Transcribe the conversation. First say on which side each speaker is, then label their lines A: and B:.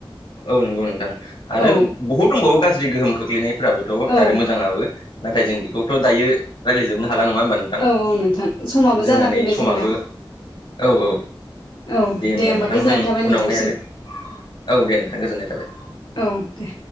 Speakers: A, on the left (about 70°); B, on the left (about 85°).
A: औ नंगौ नोंथां आरो
B: औ
A: बुहुद दंबावो गाज्रि गोहोम खोख्लैनायफोराबोथ'
B: औ
A: आरो मोजाङाबो। नाथाय जों बेखौथ' दायो रायज्लायजोबनो हाला नङा होमबा नों थां
B: औ औ नोंथां समाबो
A: जोंना
B: जाना
A: नै
B: फैबाय
A: समाबो
B: जोंना
A: औ औ
B: औ
A: दे होमबा नोंथां
B: गोजोननाय
A: जों
B: थाबाय नोंथांसिम
A: उनावहाय आरो औ दे नोंथां गोजोननाय थाबाय।
B: औ दे।